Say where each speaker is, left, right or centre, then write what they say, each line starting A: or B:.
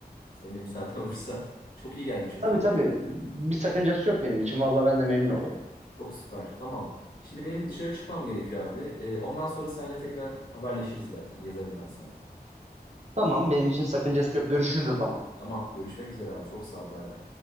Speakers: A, on the left; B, on the right.
A: Senin de müsaaden <laughs> olursa. Çok iyi geldi çünkü
B: Tabii
A: konu.
B: tabii bir sakıncası yok benim için. Valla ben de memnun olurum.
A: Çok süper. Tamam. Şimdi benim bir dışarı çıkmam gerekiyor abi. E, ondan sonra seninle tekrar haberleşiriz zaten. Yazarım ben sana.
B: Tamam benim için sakıncası yok. Görüşürüz o zaman.
A: Tamam. Görüşmek üzere abi. Çok sağ ol. Bay bay.